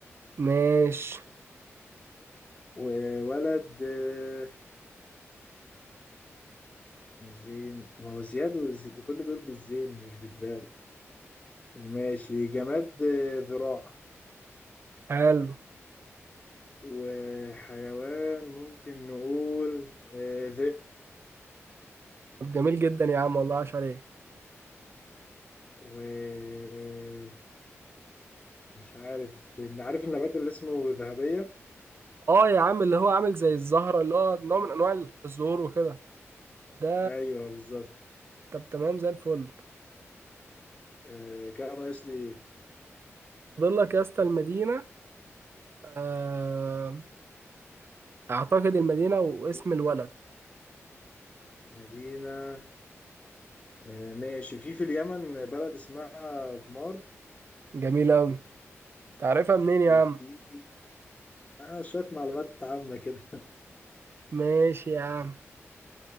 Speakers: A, on the right; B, on the left.
A: ماشي
B: وولد آه، زين ما هو زياد وزي... كل دول بالزين مش بالذال ماشي جماد آه، ذراع
A: حلو
B: وحيوان ممكن نقول آه، ذئب
A: طب جميل جدا يا عم والله عاش عليك
B: ومش عارف إن عارف النبات اللي اسمه ذهبية
A: اه يا عم اللي هو عامل زي الزهرة اللي هو نوع من انواع الزهور وكده ده
B: ايوه بالظبط
A: طب تمام زي الفل
B: آه، كده ناقص لي إيه؟
A: فاضل لك يا اسطى المدينة آه، اعتقد المدينة واسم
B: مدينة
A: الولد
B: مدينة آه، ماشي في في اليمن بلد اسمها ذمار
A: جميل اوي تعرفها منين يا
B: وفي
A: عم
B: آه، شوية معلومات عامة كده
A: ماشي يا عم